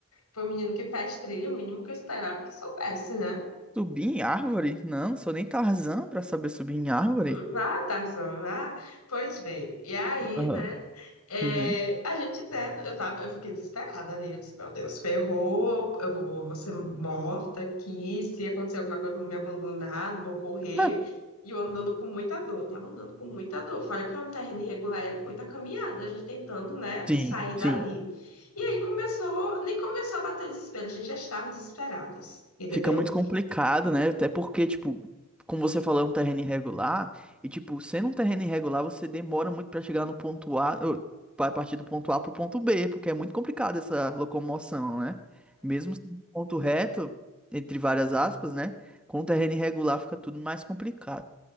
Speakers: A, on the left (about 85°); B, in the centre.
A: Foi um menino que faz trilha, o mínimo que eu esperava que soubesse, né?
B: Subir em árvore? Não, não sou nem Tarzan pra saber subir em árvore.
A: Vá, Tarzan, vá. Pois bem, e aí,
B: Aham.
A: né? é,
B: Uhum.
A: a gente até. Eu, tava, eu fiquei desesperada ali. Eu disse, meu Deus, ferrou, eu vou, vou ser morta aqui. Se acontecer alguma coisa, vão me abandonar, não vou correr.
B: Ah,
A: E eu andando com muita dor, tava andando com muita dor. Fora que lá no terreno irregular era muita caminhada, a gente tentando, né,
B: sim,
A: sair dali.
B: sim.
A: E aí começou, nem começou a bater desespero, a gente já estava desesperadas, entendeu?
B: Fica muito complicado, né? Até porque, tipo, como você falou, é um terreno irregular. E, tipo, sendo um terreno irregular, você demora muito pra chegar no ponto A. ou Vai partir do ponto A pro ponto B, porque é muito complicado essa locomoção, né? Mesmo sendo um ponto reto, entre várias aspas, né? Com o terreno irregular fica tudo mais complicado.